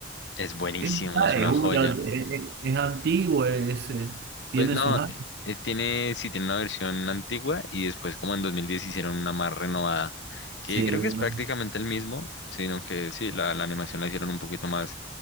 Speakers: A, on the left; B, on the right.
A: Es buenísimo,
B: es,
A: es
B: ah,
A: una
B: es una-
A: joya.
B: es- es antiguo, es, eh, tiene
A: Pues no,
B: sus años,
A: eh, eh, tiene, sí, tiene una versión antigua y después como en 2010 hicieron una más renovada, que
B: sí,
A: creo que
B: una,
A: es prácticamente el mismo, sino que sí, la, la animación la hicieron un poquito más,